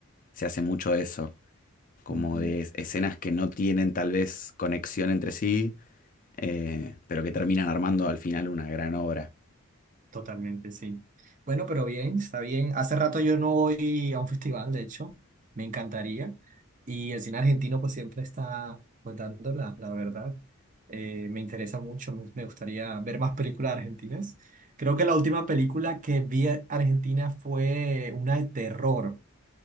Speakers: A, on the left (about 40°); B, on the right (about 35°).
A: se hace mucho eso, como
B: Ujú,
A: de es- escenas que no tienen tal vez conexión entre sí, eh, pero que terminan armando al final una gran obra.
B: Totalmente, sí. Bueno, pero bien, está bien. Hace rato yo no voy a un festival, de hecho, me encantaría. Y el cine argentino pues siempre está pues dando la, la verdad. Eh, me interesa mucho, me me gustaría ver más películas argentinas. Creo que la última película que vi a- argentina fue una de terror.